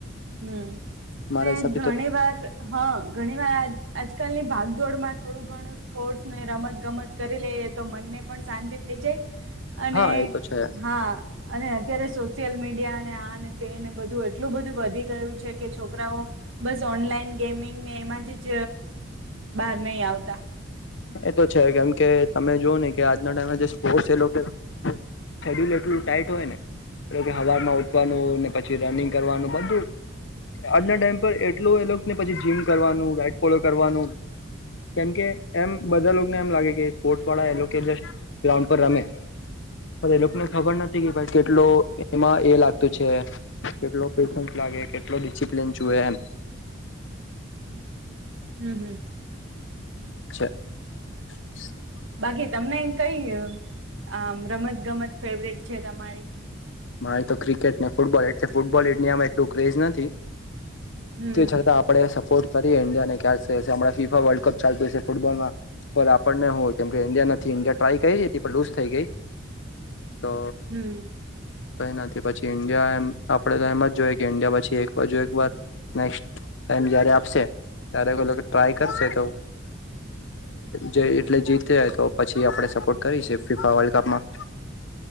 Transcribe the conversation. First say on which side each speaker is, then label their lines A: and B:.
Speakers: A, on the right; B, on the left.
A: હમ
B: મારા
A: ને
B: હિસાબથી
A: ઘણી
B: તો
A: વાર હા ઘણી વાર આજકાલની ભાગદોડ માં થોડું ઘણું સ્પોર્ટ્સને રમત ગમત કરી લઈએ તો મનને પણ શાંતિ થઈ જાય અને
B: હા એ તો છે
A: હા અને અત્યારે સોશિયલ મીડિયા ને આને તેને બધું એટલું બધું વઘી તે હુ છે કે છોકરાઓ બસ ઓનલાઈન ગેમિંગને એમાંથીજ બહાર નહી આવતા
B: એ તો છે કેમ કે તમે જોુઓ ને કે આજના ટાઈમે જે સ્પોર્ટ એ શેડ્યુલ એટલું ટાાઈટ હોય ને એ કે હવારમાં ઉઠવાનું ને પછી રનિંગ કરવાનું બધું આજના ટાઈમ પર એટલોું એલોને પછી જીમ કરવાનું રાઈટ ફોલો કરવાનું કેમકે એમ બધા લોકોને એમ લાગે કે સ્પોર્ટ્સ વાળા એ લોકો જ ગ્રાઉન્ડ પર રમે અરે એ લોકોને ખબર નથી કે ભાઈ કેટલો એમાં એ લાગતું છે. કેટલો પેશન્સ લાગે કેટલો ડિસિપ્લન જુએ એમ
A: હમ હમ.
B: અચ છેા <unintelligible>
A: બાકી તમને કઈ આ રમત ગમત ફેવરેટ છે તમારી
B: મારી તો ક્રિકેટ ને ફૂટબોલ એટ છે ફૂટબોલ એટની આમાં એટલું ક્રેઝ નથી.
A: હમ
B: તે છતાં આપડે ો કરીએ ઇન્ડિયા ને ફીફા વર્લ્ડ કપ ચાલતું છે ફૂટબોલમાં પણ આપણને હ કેમકે ઈન્ડિયા નથી ઇન્ડિયા ટ્રાય કરી હતી પણ લુઝ થઈ ગઈ તો
A: <unintelligible>
B: કઈ નથી પછી ઈન્ડિયા એમ આપડે તો એમ જ જોઈએ કે ઈન્ડિયા પછી એક એક વાર નેક્ ટાઈમ જારે આપશે ત્યારે ટ્રાય કરશે તો જે એટલે જીતે તો પછી આપડણે સપોર્ટ કરી છે ફીફા વર્લ્ડ કપમાં <inaudible>